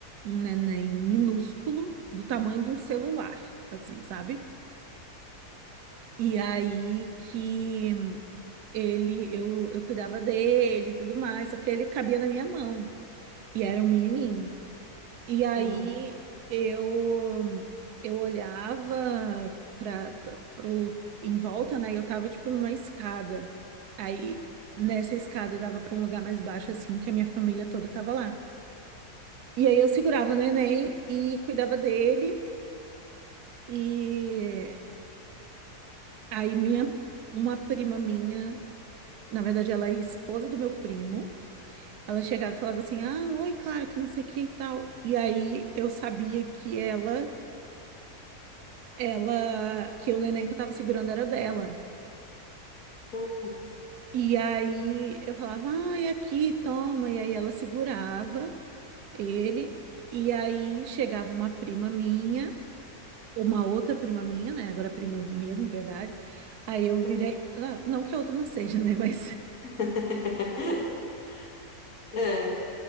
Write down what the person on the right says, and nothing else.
um neném minúsculo, do tamanho de um celular, assim, sabe? E aí que ele, eu, eu cuidava dele e tudo mais, só que ele cabia na minha mão. E era um menininho. E aí
eu eu olhava para pro em volta, né? E eu tava tipo numa escada. Aí nessa escada dava para um lugar mais baixo assim, que a minha família toda tava lá. E aí eu segurava o neném e cuidava dele e aí minha uma prima minha, na verdade ela é esposa do meu primo. Ela chegava e falava assim: "Ah, oi, claro que não sei o que e tal". E aí eu sabia que ela Ela, que o neném que eu tava segurando era dela.
E aí eu falava, ai, aqui, toma. E aí ela segurava ele. E aí chegava uma prima minha, uma outra prima minha, né? Agora prima mesmo, de verdade. Aí eu
virei, ah, não que a outra não seja, né? <laughs> Mas.